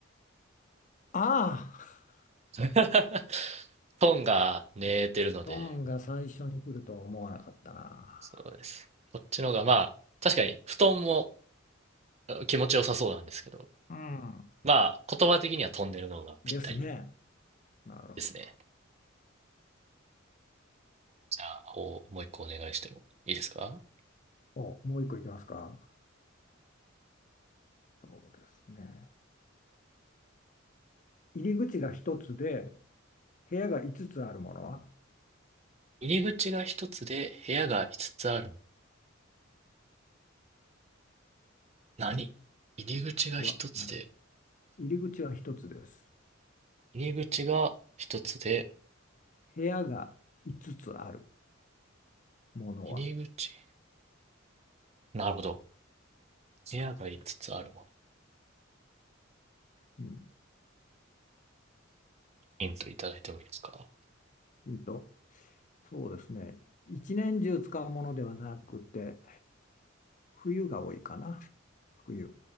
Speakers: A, on the left (about 40°); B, on the right (about 35°).
A: ああ、
B: <laughs> トンが寝てるので、
A: ドンが最初に来るとは思わなかったな。
B: そうです。こっちの方がまあ、確かに布団も気持ちよさそうなんですけど、
A: うん。
B: まあ、言葉的にはトンネルの方がぴったり
A: ですね。なるほど。
B: ですね。じゃあ、おもう一個お願いしてもいいですか
A: お、もう一個いきますか。そうですね。入り口が一つで、部屋が五つあるものは、
B: 入り口が一つで部屋が五つある。何入り口が一つで、
A: わ、何入り口は一つです。
B: 入り口が一つで、
A: 部屋が五つあるものは、
B: 入り口なるほど。部屋が5つつあるもの。
A: うん、
B: ヒントいただいてもいいですか
A: ヒント、そうですね。一年中使うものではなくて、冬が多いかな。冬。